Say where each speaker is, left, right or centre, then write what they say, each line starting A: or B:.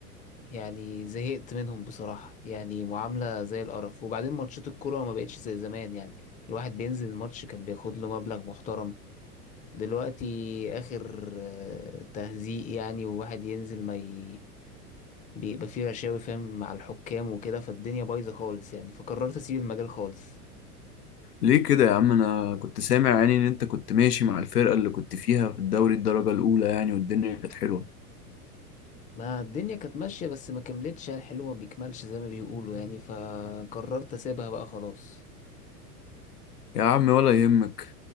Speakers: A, on the left; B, on the left.
A: يعني زهقت منهم بصراحة يعني معاملة زي القرف وبعدين ماتشات الكورة ما بقتش زي زمان يعني الواحد بينزل الماتش كان بياخد له مبلغ محترم دلوقتي آخر آه، تهزيق يعني وواحد ينزل ما ي... بيبقى فيه رشاوي فاهم مع الحكام وكده فالدنيا بايظة خالص يعني فقررت أسيب المجال خالص
B: ليه كده يا عم انا كنت سامع يعني ان انت كنت ماشي مع الفرقة اللي كنت فيها في الدوري الدرجة الاولى يعني والدنيا كانت حلوة
A: ما الدنيا كانت ماشية بس ما كملتش يعني الحلو ما بيكملش زي ما بيقولوا يعني فقررت أسيبها بقى خلاص
B: يا عم ولا يهمك